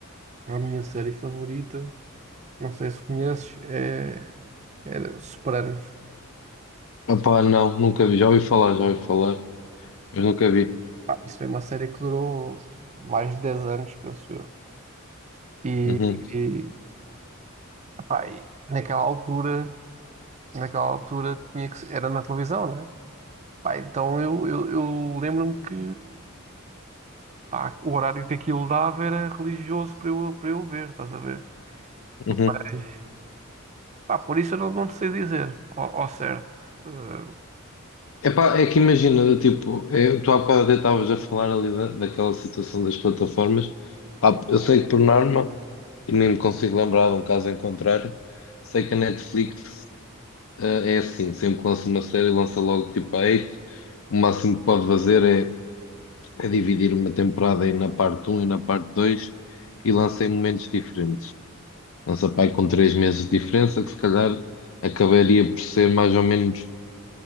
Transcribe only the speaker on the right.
a minha série favorita, não sei se conheces, é, era Sopranos.
Pá, isso foi uma série que durou mais de 10 anos, penso eu. E,
e, pá, e naquela altura, naquela altura tinha que, se- era na televisão, né? Pá, então eu, eu, eu lembro-me que pá, o horário que aquilo dava era religioso para eu, para eu ver, estás a ver?
Mas, pá, por isso eu não, não te sei dizer ao, ao certo. Eh,